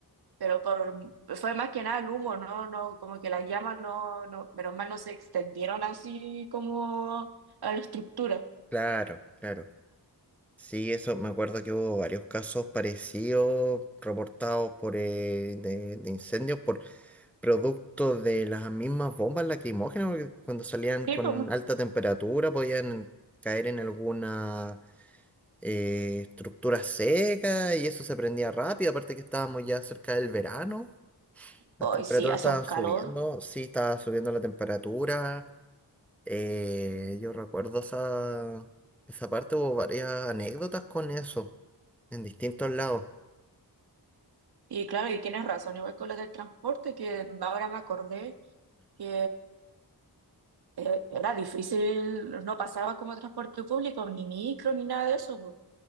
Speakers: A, on the right; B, in the centre.
A: pero por- fue más que nada el humo, no, no, como que las llamas no, no, menos mal no se extendieron así como a la estructura.
B: Claro, claro. Sí, eso me acuerdo que hubo varios casos parecidos reportados por eh, de, de incendios por producto de las mismas bombas lacrimógenas, porque cuando salían
A: Sí,
B: con
A: pues.
B: alta temperatura podían caer en alguna eh, estructura seca y eso se prendía rápido, aparte que estábamos ya cerca del verano, las
A: Hoy
B: temperaturas
A: sí, hace
B: estaban
A: un calor.
B: subiendo, sí, estaba subiendo la temperatura, eh, yo recuerdo esa, esa parte, hubo varias anécdotas con eso en distintos lados,
A: Y claro, y tienes razón, igual con lo del transporte, que ahora me acordé que eh, era difícil, no pasaba como transporte público, ni micro, ni nada de eso, po.